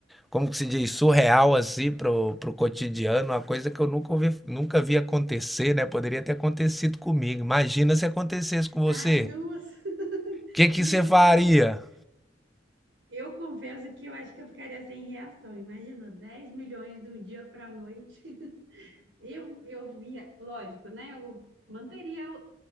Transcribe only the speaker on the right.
Ai, duas. <laughs>
Meu
Deus, eu, eu confesso que eu acho que eu ficaria sem reação. Imagina, 10 milhões do dia para a noite. <laughs> Eu, eu via, lógico, né? Eu manteria